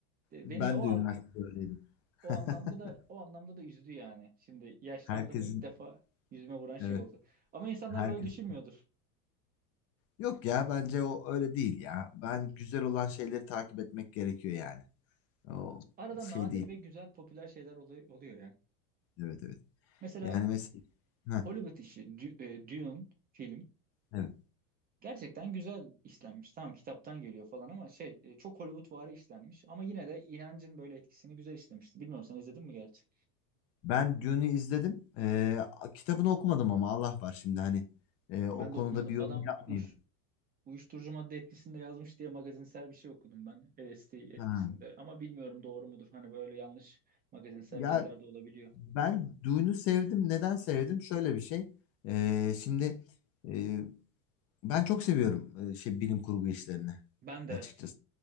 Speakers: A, on the right (about 20°); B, on the left (about 35°).
A: De-
B: Ben
A: Beni o
B: de
A: an
B: üniversitede öyleydim.
A: o
B: <laughs>
A: anlamda da o anlamda da üzdü yani. Şimdi yaşlandığımı
B: Herkesin
A: ilk defa yüzüme vuran şey
B: evet.
A: oldu. Ama insanlar
B: Herkesin
A: böyle düşünmüyordur.
B: Yok ya bence o öyle değil ya. Ben güzel olan şeyleri takip etmek gerekiyor yani. O
A: Arada nadir
B: şey değil.
A: ve güzel popüler şeyler olay- oluyor yani.
B: Evet evet.
A: Mesela
B: Yani mesela Heh,
A: Hollywood işi Dü- e, Dune film
B: evet.
A: gerçekten güzel işlenmiş. Tamam kitaptan geliyor falan ama şey e, çok Hollywoodvari işlenmiş ama yine de inancın böyle etkisini güzel işlemişti. Bilmiyorum sen izledin mi gerçi?
B: Ben Dune'u izledim. Ee, kitabını okumadım ama Allah var şimdi hani Ee, o
A: Ben
B: konuda
A: de okumadım.
B: bir yorum
A: Adam
B: yapmayayım.
A: uç, Uyuşturucu madde etkisinde yazmış diye magazinsel bir şey okudum ben LSD etkisinde.
B: Ha.
A: Ama bilmiyorum doğru mudur. Hani böyle yanlış magazinsel
B: Ya
A: bilgiler de olabiliyor.
B: ben Dune'u sevdim. Neden sevdim? Şöyle bir şey. Ee, şimdi e, ben çok seviyorum e, şey bilim kurgu işlerini
A: Ben de
B: açıkçası.